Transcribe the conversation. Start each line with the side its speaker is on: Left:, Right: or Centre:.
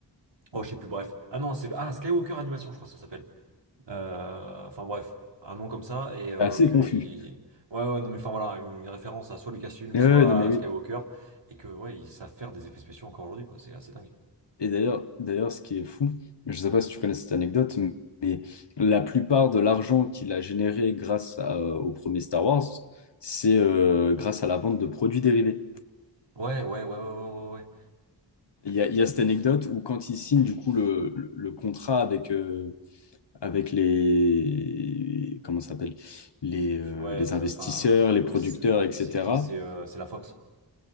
Right: Oh, je sais plus, bref. Ah non, c'est ah, Skywalker Animation, je crois que ça s'appelle. Euh, Enfin bref, un nom comme ça et euh,
Left: C'est assez
Right: que
Left: confus.
Right: il- ouais ouais non mais enfin voilà une référence à soit Lucasfilm
Left: Euh,
Right: soit
Left: non, mais
Right: à
Left: oui.
Right: Skywalker et que ouais ils savent faire des effets spéciaux encore aujourd'hui quoi c'est assez dingue.
Left: Et d'ailleurs, d'ailleurs, ce qui est fou, je ne sais pas si tu connais cette anecdote, mais la plupart de l'argent qu'il a généré grâce à- euh, au premier Star Wars, c'est euh, grâce à la vente de produits dérivés.
Right: Ouais ouais ouais ouais ouais ouais ouais ouais.
Left: Il y a, il y a cette anecdote où quand il signe du coup le, le- le contrat avec, euh, avec les, comment ça s'appelle, les,
Right: les f-
Left: euh,
Right: ouais
Left: les
Right: les
Left: investisseurs,
Right: enfin ouais
Left: les
Right: comment
Left: producteurs,
Right: c'est
Left: etc.,
Right: c'est qui c'est euh, c'est la Fox